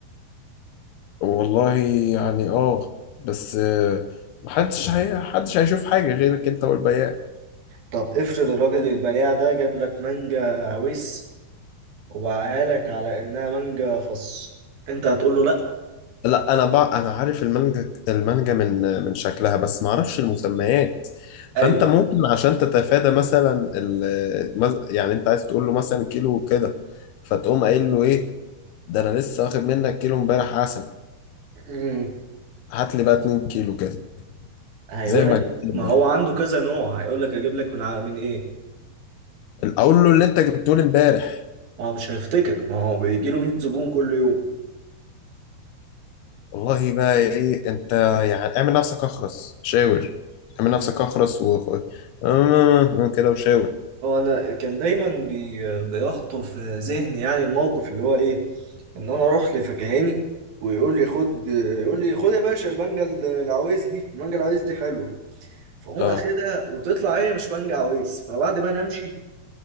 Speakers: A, on the left; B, on the right.
A: والله يعني أه بس آه، محدش هي... محدش هيشوف حاجة غيرك أنت والبياع
B: طب افرض الراجل البياع ده جاب لك مانجا عويس وباعها لك على انها مانجا فص انت هتقول له لا
A: لا انا بقى انا عارف المانجا المانجا من من شكلها بس ما اعرفش المسميات
B: ايوه
A: فانت ممكن عشان تتفادى مثلا ال- مز- يعني انت عايز تقول له مثلا كيلو كده فتقوم قايل له ايه ده انا لسه واخد منك كيلو امبارح عسل
B: امم
A: هات لي بقى 2 كيلو كده
B: هيقول
A: زي ما
B: لك
A: جبت لي
B: ما
A: امبارح
B: هو عنده كذا نوع هيقول لك اجيب لك من ع- من ايه
A: اقول له اللي انت جبته لي امبارح
B: ما هو مش هيفتكر ما هو بيجي له 100 زبون كل يوم
A: والله بقى ايه انت يعني اعمل نفسك اخرس شاور اعمل نفسك اخرس و <laughs> كده وشاور
B: هو انا كان دايما بي بيخطر في ذهني يعني الموقف اللي هو ايه ان انا اروح لفكهاني ويقول لي خد يقول لي خد يا باشا المانجا العويز دي المانجا العويز دي حلوه فاقوم
A: اه
B: اخدها وتطلع هي مش مانجا عويز فبعد ما انا امشي